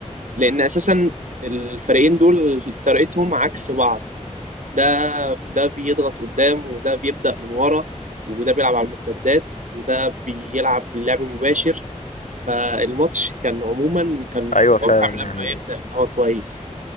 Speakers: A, on the right; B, on the left.
A: لأن أساسا الفريقين دول طريقتهم عكس بعض ده ده بيضغط قدام وده بيبدأ من ورا وده بيلعب على المرتدات وده بيلعب لعب مباشر فالماتش كان عموما كان
B: ايوه
A: متوقع
B: فعلا
A: من قبل
B: يعني
A: ما يبدأ ان هو كويس